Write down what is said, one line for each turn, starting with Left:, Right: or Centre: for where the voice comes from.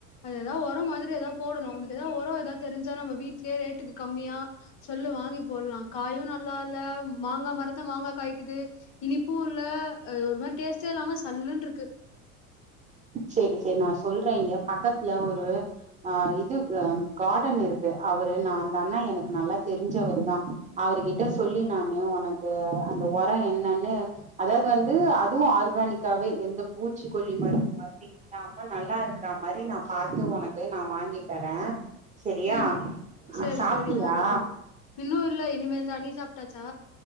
Left: எதாவ் ஒரம் மாதிரி எதாவ் போடணும் உனக்கு எதாவ் ஒரம் எதாவ் தெரிஞ்சா நம்ம வீட்லே ரேட்டுக்கு கம்மியா சொல்லு வாங்கி போல்லா காயும் நல்லா இல்ல மாங்கா மரத்ல மாங்கா காய்க்குது இனிப்பும் இல்ல ஒரு மாரி டேஸ்ட்டே இல்லாம சல்லுன்ருக்கு
Right: செரி செரி நா சொல்ற இங்க பக்கத்துல ஒரு ஆ இது கார்டன் இருக்கு அவுரு நா அந்த அண்ணா எனக்கு நல்லா தெரிஞ்சவரு தா அவருகிட்ட சொல்லி நானு உனக்கு அந்த ஒரம் என்னன்னு அதாவ்து வந்து அதுவும் ஆர்கானிக்காவே எந்த பூச்சிக்கொல்லி மாரி அப்டி இல்லாம நல்லா இருக்கற மாரி நா பாத்து உனக்கு நா வாங்கி தரே செரியா
Left: ம் சேரி
Right: சாப்ட்டியா
Left: சேரி வாங்கி குடு இன்னு இல்ல இனிமேல் தா நீ சாப்ட்டாச்சா